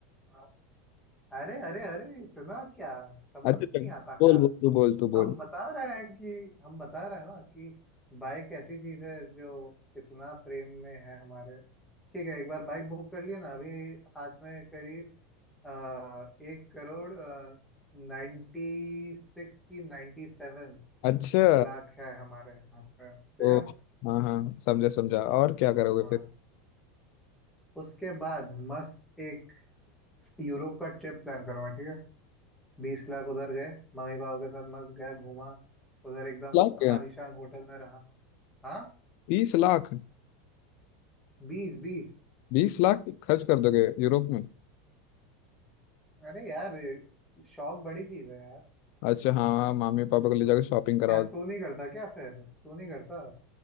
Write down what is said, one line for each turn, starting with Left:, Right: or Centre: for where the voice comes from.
Centre: हाँ। अरे अरे अरे इतना क्या समझ
Left: अच्छा चल
Centre: नहीं आता
Left: बोल
Centre: का
Left: बोल तू बोल तू
Centre: हम
Left: बोल
Centre: बता रहे हैं कि हम बता रहे हैं ना कि बाइक ऐसी चीज है जो इतना प्रेम में है हमारे ठीक है एक बार बाइक बुक कर लिया ना अभी हाथ में करीब आ, एक करोड़ नाइन्टी सिक्स की नाइन्टी सेवन
Left: अच्छा
Centre: लाख है हमारे हाथ में ठीक
Left: तो
Centre: है
Left: हाँ हाँ समझा समझा और क्या करोगे
Centre: हाँ
Left: फिर
Centre: उसके बाद मस्त एक यूरोप का ट्रिप प्लान करूँगा ठीक है बीस लाख उधर गए मम्मी पापा के साथ मस्त गया घूमा उधर एकदम
Left: लाख
Centre: आलीशान होटल में रहा हाँ
Left: बीस लाख
Centre: बीस बीस
Left: बीस लाख खर्च कर दोगे यूरोप में
Centre: अरे यार शौक बड़ी चीज है यार
Left: अच्छा हाँ मामी पापा को ले जाकर शॉपिंग कराओ
Centre: क्या तू नहीं करता क्या फिर तू नहीं करता